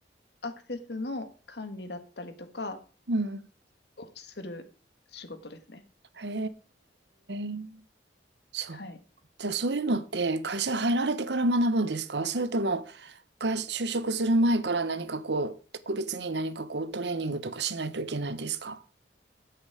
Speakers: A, on the left; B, on the right.
A: アクセスの管理だったりとか
B: うん。
A: をする仕事ですね。
B: へえ。そう。
A: はい。
B: じゃあそういうのって会社入られてから学ぶんですかそれとも会社、就職する前から何かこう、特別に何かこうトレーニングとかしないといけないですか